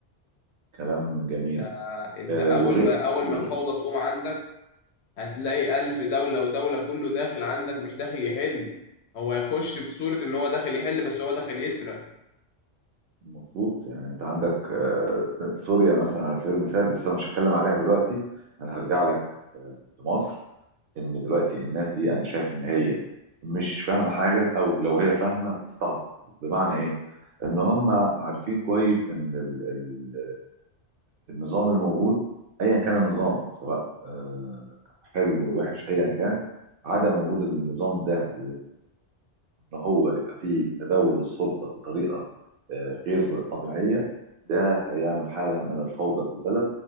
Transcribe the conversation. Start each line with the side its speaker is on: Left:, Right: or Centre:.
Right: كلام جميل
Left: ده انت
Right: آه،
Left: اول
Right: وغي-
Left: ما اول
Right: وغي-
Left: ما الفوضى تقوم عندك هتلاقي الف دوله ودوله كله داخل عندك مش داخل يحل هو هيخش بصوره ان هو داخل يحل بس هو داخل يسرق
Right: مظبوط يعني انت عندك آه، سوريا مثلا على سبيل المثال بس انا مش هتكلم عليها دلوقتي انا هرجع لك آه، لمصر ان دلوقتي الناس دي انا شايف ان هي مش فاهمه حاجه او لو هي فاهمه بتستعبط بمعنى ايه ان هم عارفين كويس ان ال- ال- آه، النظام اللي موجود ايا كان النظام سواء آه، حلو ووحش ايا كان عدم وجود النظام ده ان هو يبقى فيه تداول للسلطه بطريقه آه، غير طبيعيه ده هيعمل حاله من الفوضى في البلد